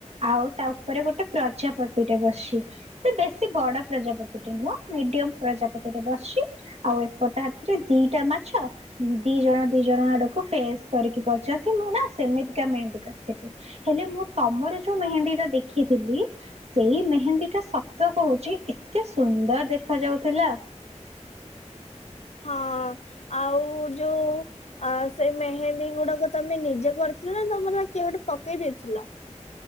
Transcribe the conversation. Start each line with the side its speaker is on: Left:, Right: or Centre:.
Right: ଆଉ ତା ଉପରେ ଗୋଟେ ପ୍ରଜାପତିଟେ ବସିଛି। ସେ ବେଶୀ ବଡ ପ୍ରଜାପତିଟେ ନୁହଁ ମିଡିୟମ ପ୍ରଜାପତିଟେ ବସିଚି। ଆଉ ଏପଟେ ହାତରେ ଦିଟା ମାଛ। ଦି ଜଣ ଦି ଜଣ ଆଡକୁ ଫେସ୍ କରିକି ବସିଛନ୍ତି ମୁଁ ନା ସେମିତିକା ମେହେନ୍ଦି କରିଥିଲି। ହେଲେ ମୁଁ ତମର ଯୋଉ ମେହେନ୍ଦୀଟା ଦେଖିଥିଲି। ସେଇ ମେହେନ୍ଦୀଟା ସତ କହୁଛି ଏତେ ସୁନ୍ଦର ଦେଖା ଯାଉଥିଲା।
Left: ହଁ ଆଉ ଯୋଉ। ଆ ସେ ମେହେନ୍ଦୀ ଗୁଡାକ ତମେ ନିଜେ କରିଥିଲ ନା ତମର ଆ କିଏ ଗୋଟେ ପକେଇ ଦେଇଥିଲା।